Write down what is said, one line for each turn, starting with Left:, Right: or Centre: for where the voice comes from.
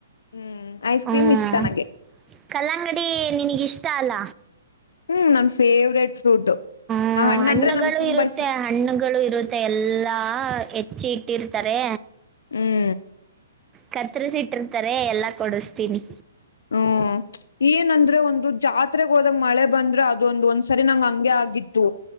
Left: ಹ್ಮ್ ಐಸ್
Right: ಹ್ಮ
Left: ಕ್ರೀಮ್ ಇಷ್ಟ ನಂಗೆ
Right: ಕಲ್ಲಂಗಡಿ ನಿನಗಿಷ್ಟ ಅಲ್ಲ.
Left: ಹ್ಮ ನಮ ಫೇವರೇಟ್ ಫ್ರೂಟ್.
Right: ಹ್ಮ ಹಣ್ಣುಗಳು
Left: ಅಂದ್ರೆ ನಂಗೆ ತುಂಬಾ
Right: ಇರುತ್ತೆ
Left: ಇಷ್ಟ
Right: ಹಣ್ಣಗಳು ಇರುತ್ತೆ ಎಲ್ಲಾ ಹೆಚ್ಚಿ ಇಟ್ಟಿರ್ತಾರೆ.
Left: ಹ್ಮ.
Right: ಕತ್ತರ್ಸಿ ಇಟ್ಟಿರ್ತಾರೆ ಎಲ್ಲಾ ಕೊಡಸತೀನಿ.
Left: ಹ್ಮ ಏನಂದ್ರೆ ಒಂದು ಜಾತ್ರೆಗ ಹೋದಾಗ ಮಳೆ ಬಂದ್ರೆ ಅದೊಂದ ಒಂದ್ಸರಿ ನಂಗ ಹಂಗೆ ಆಗಿತ್ತು.